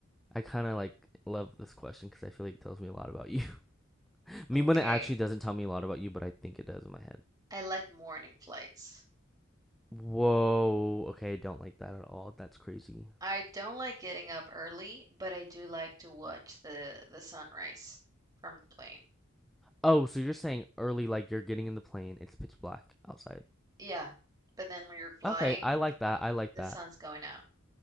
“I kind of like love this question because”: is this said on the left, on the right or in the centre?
Centre